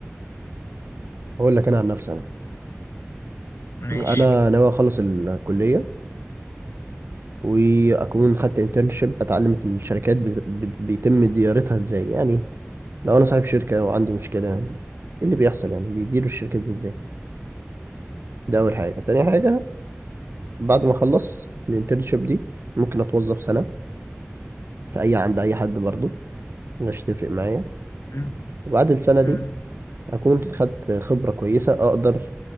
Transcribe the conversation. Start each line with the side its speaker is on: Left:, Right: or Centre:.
Right: هقول لك انا عن نفسي انا
Left: ماشي
Right: انا ناوي اخلص الكلية واكون خدت انترنشيب بتعلم الشركات بت- بت- بيتم ديارتها ازاي يعني لو انا صاحب شركة وعندي مشكلة ايه اللي بيحصل يعني بيديروا الشركة دي ازاي ده اول حاجة تاني حاجة بعد ما اخلص الانترنشيب دي ممكن اتوظف سنة في اي عند اي حد برضو مش تفرق معايا
Left: مم،
Right: وبعد السنة دي
Left: مم،
Right: اكون خدت خبرة كويسة اقدر